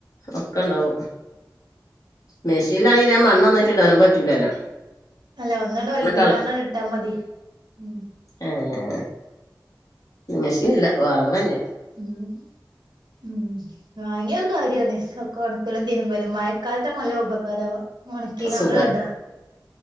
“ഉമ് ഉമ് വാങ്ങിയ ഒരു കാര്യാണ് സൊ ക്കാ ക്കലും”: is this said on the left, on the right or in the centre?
Right